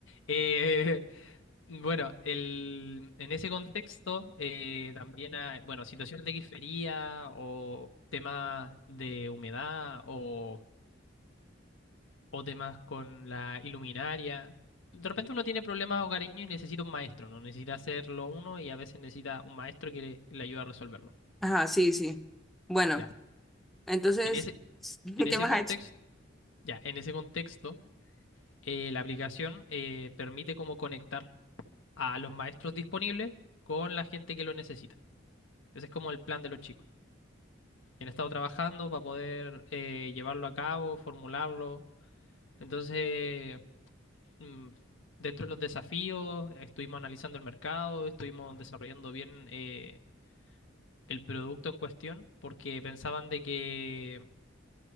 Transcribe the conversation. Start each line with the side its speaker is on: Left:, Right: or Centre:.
Left: Eh, Bueno, el, en ese contexto eh, también hay, bueno, situaciones de grifería o temas de humedad o, o temas con la iluminaria. De repente uno tiene problemas hogareños y necesita un maestro, ¿no? Necesita hacerlo uno y a veces necesita un maestro que le, le ayude a resolverlo.
Centre: Ajá, sí, sí. Bueno,
Left: Ya.
Centre: entonces,
Left: En ese,
Centre: <laughs>
Left: en ese
Centre: ¿qué más
Left: contexto,
Centre: ha hecho?
Left: ya, en ese contexto, eh, la aplicación eh, permite como conectar a los maestros disponibles con la gente que lo necesita. Ese es como el plan de los chicos. han estado trabajando para poder eh, llevarlo a cabo, formularlo. Entonces, mm, dentro de los desafíos, estuvimos analizando el mercado, estuvimos desarrollando bien eh, el producto en cuestión, porque pensaban de que,